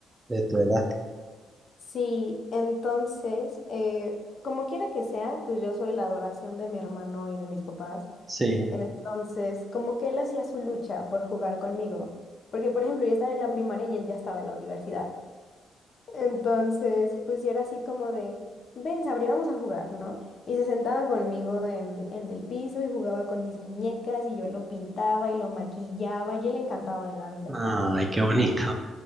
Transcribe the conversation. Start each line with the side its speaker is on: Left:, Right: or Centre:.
Right: de tu edad.
Left: Sí, entonces, eh, como quiera que sea, pues yo soy la adoración de mi hermano y de mis papás.
Right: Sí.
Left: Entonces, como que él hacía su lucha por jugar conmigo. Porque, por ejemplo, yo estaba en la primaria y él ya estaba en la universidad. Entonces, pues yo era así como de, ven, Sabri, vamos a jugar, ¿no? Y se sentaba conmigo en, en el piso y jugaba con mis muñecas y yo lo pintaba y lo maquillaba y él encantado de la vida.
Right: Ay, qué bonito.